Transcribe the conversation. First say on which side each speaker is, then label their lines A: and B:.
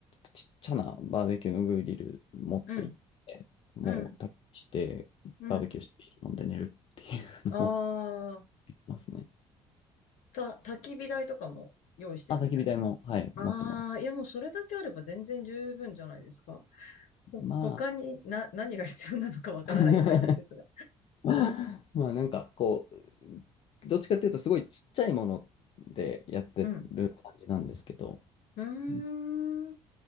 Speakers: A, on the left (about 40°); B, on the left (about 55°).
A: ちっちゃなバーベキューのグリル持って行って、
B: うん、
A: もう焚き火して、
B: うん。うん
A: バーベキューしてビール飲んで寝るっていうのも
B: ああ、
A: <laughs> できますね。
B: た、焚き火台とかも用意してるみたいな。
A: あ、焚き火台も、はい、
B: ああ、
A: 持ってます。
B: いやもうそれだけあれば全然十分じゃないですか。ほ他にな、
A: まあ、
B: <laughs> 何が必要なのかわからないぐらいなんですが。
A: <laughs> <laughs> まあなんかこう、どっちかっていうとすごいちっちゃいものでやってる感じなんですけど、
B: うん。うーん。
A: うん